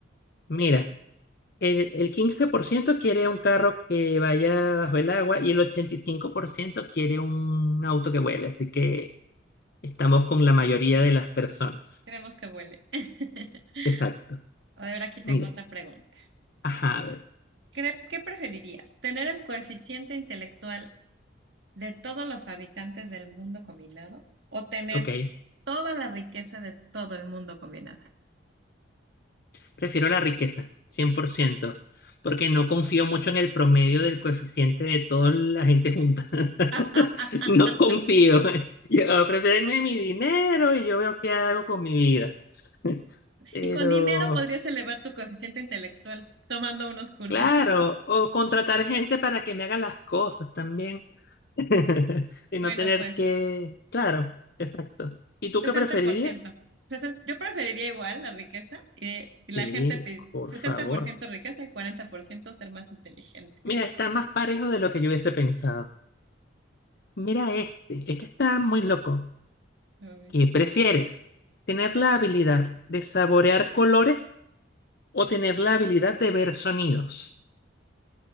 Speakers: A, on the left; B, on the right.
A: Mira. El, el 15% quiere un carro que vaya bajo el agua y el 85% quiere un auto que vuele. Así que estamos con la mayoría de las personas.
B: Queremos que vuele. <laughs>
A: Exacto.
B: A ver, aquí tengo
A: Mira.
B: otra pregunta.
A: Ajá, a ver.
B: ¿Cre- ¿Qué preferirías? ¿Tener el coeficiente intelectual de todos los habitantes del mundo combinado o tener
A: Ok.
B: toda la riqueza de todo el mundo combinada?
A: Prefiero la riqueza, 100% porque no confío mucho en el promedio del coeficiente de toda la gente junta. <laughs>
B: <laughs>
A: No confío. Yo prefiero mi dinero y yo veo qué hago con mi vida. <laughs> Pero
B: Y con dinero podrías elevar tu coeficiente intelectual tomando unos cursitos.
A: Claro, o contratar gente para que me haga las cosas también. <laughs> Y
B: Bueno,
A: no tener
B: pues.
A: que... Claro, exacto. ¿Y tú
B: sesenta
A: qué preferirías?
B: por ciento, sesenta, Yo preferiría igual la riqueza eh, y la
A: Sí,
B: gente pe-
A: por
B: sesenta
A: favor.
B: por ciento riqueza y 40% ser más inteligente.
A: Mira, está más parejo de lo que yo hubiese pensado. Mira este, este está muy loco.
B: A ver.
A: ¿Qué prefieres? ¿Tener la habilidad de saborear colores o tener la habilidad de ver sonidos?